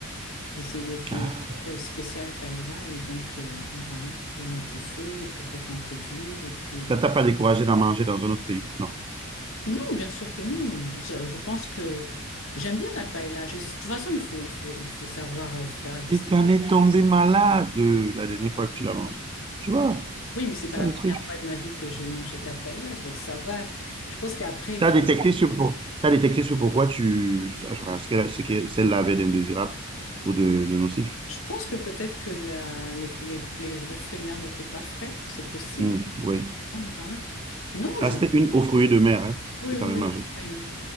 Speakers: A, on the left; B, on the right.
A: Et c'est des, une
B: Ah,
A: toile spéciale paella. Et donc, euh, voilà, ils mettent au feu, et puis avec un peu d'huile. Et puis, euh.
B: ça t'a pas découragé d'en manger dans un autre pays, non.
A: non, bien sûr que non. Je, je pense que j'aime bien la paella. Je, de toute façon, il faut, il faut, il faut savoir euh, faire distinguer.
B: Et tu en es tombé malade euh, la dernière fois que tu l'as mangé. Tu vois,
A: Oui, mais c'est
B: c'est
A: pas
B: ça
A: la
B: le
A: première
B: truc.
A: fois de ma vie que j'ai mangé de la paella. Donc, ça va. Je pense qu'après, il
B: Tu
A: faut.
B: as détecté ce pour... t'as détecté ce pourquoi tu... ce qu'elle- ce que celle-là avait d'indésirable ou de, de nocif.
A: Je pense que peut-être que la, les, les- les- le fruit de mer n'était pas frais. C'est possible,
B: Hmm, oui.
A: hein. Voilà. Non,
B: Ah,
A: je,
B: c'était une aux fruits de mer hein,
A: Oui,
B: que tu
A: oui,
B: avais
A: oui.
B: mangée.
A: oui, oui.